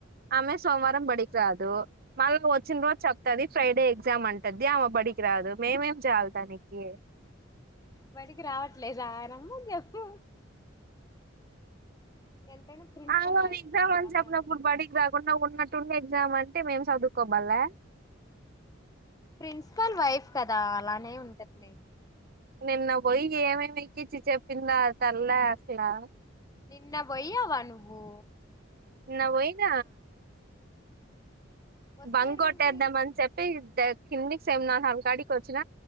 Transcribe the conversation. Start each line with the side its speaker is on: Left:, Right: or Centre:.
Right: ఆమె సోమవారం బడికి రాదు. మళ్ళీ వచ్చిన రోజు చెప్తాది ఫ్రైడే చేద్దామంటే దా ఆమె బడికి రాదు మేం ఏం చాలత నికి
Left: బడికి రావట్లేదా రమ్మని చెప్పు ఎంతైనా ప్రిన్సిపల్
Right: అవు అది
Left: వైఫ్
Right: ఎగ్జాం
Left: కదా
Right: అని
Left: అలానే
Right: చెప్పినపుడు
Left: ఉంటది
Right: బడికి రాకుండా ఫోన్ మట్ ఎగ్జామ్ అంటే మేము చదువుకోమళ్లే
Left: ప్రిన్సిపల్ వైఫ్ కదా అలానే ఉంటది నేను
Right: నిన్న పొయికి ఏమమి ఎక్కిచ్చి చెప్పిందా తెల్ల అసలా
Left: నిన్నపోయావా నువ్వు
Right: నిన్న పోయిన
Left: వస్తవే
Right: బంగ్
Left: రూమ్
Right: కోటేద్దామ
Left: కి
Right: అని చెప్పి కిందకి సేమ్నాకాడికి వచ్చిన